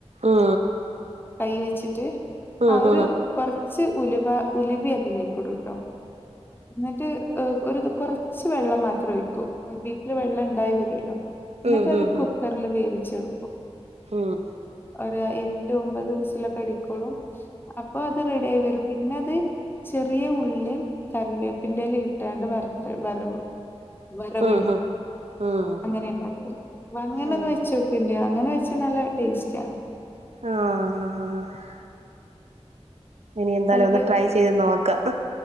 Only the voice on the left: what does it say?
കൈ വെച്ചിട്ട്
ആ ഒരു
കുറച്ച് ഉലുവ ഉലവ അതിലേക്കിടുട്ടോ എന്നിട്ട് ഒരു കുറച്ച് വെള്ളം മാത്രം ഒഴിക്കൂ ബീഫില് വെള്ളം ഉണ്ടായി വരുല്ലോ എന്നിട്ട്
അത്
കുക്കറില് വേവിച്ചെടുക്കും
ഒര് എട്ട് ഒമ്പത് വിസിലൊക്കെ അടിക്കോളും അപ്പൊ അത് റെഡി ആയി വരും പിന്നെ അത് ചെറിയ ഉള്ളും കറിവേപ്പിന്റെ ഇലയിട്ടാണ്ട് വ വർവ്‌ വർവിടും
അങ്ങനെ ഉണ്ടാക്കേല് അങ്ങനന്ന്
വെച്ചോ ഇല്ല്യാ അങ്ങനെ കഴിച്ചാൽ നല്ല ടേസ്റ്റാണ്
കടക്